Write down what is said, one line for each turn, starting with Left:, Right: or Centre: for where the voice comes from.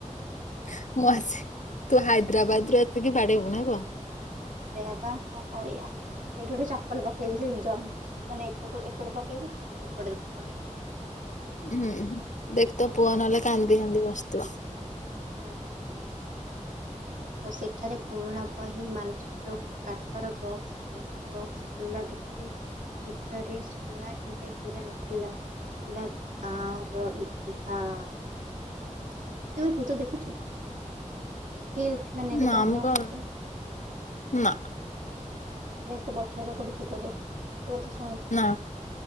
Left: ମୁଁ <unintelligible> ତୁ ହାଇଦ୍ରାବାଦରୁୁ ଆସିକି ବାଡେଇବୁ ନା କଣ?
Right: ସେଇଆ ବା କଣ କରିଆ? ସେଇଠି ଗୋଟେ ଚପଲ ପକେଇବି। ସେଇ ଜ ମାନେ ଏପଟ ଏପଟେ ପକେଇବି ଏପଟେ ତୁ ପଳେଇ ଆସିବ।
Left: ହୁଁ ଦେଖ ତୋ ପୁଅ ନହେଲେ କାନ୍ଦି କାନ୍ଦି ବସିିଥିବ।
Right: ହୁଁ। ତ ସେଠାରେ ପୁରୁଣା ବହି ମାନଚିତ୍ର କାଠର ବକ୍ସ ଥିଲା ବକ୍ସ ଖୋଲା ଦେଖିଲା ଭିତରେ ସୁନା କିମ୍ବା ହୀରା ନ ଥିଲା, ଥିଲା ତାର ଇତିହାସ। କେବେ ଭୁତ ଦେଖିଚୁ? ଫିଲ୍ ମାନେ
Left: ନା
Right: କେବେ ଅନୁଭବ
Left: ମୁଁ କଣ
Right: କରୁଛ।
Left: ନା।
Right: ଦେଖ ତୋ ପଛ ପଟେ କୋଉଠି ଥିବ ଦେଖ, ତୋ କଥା ଶୁଣୁଥିବ।
Left: ନା-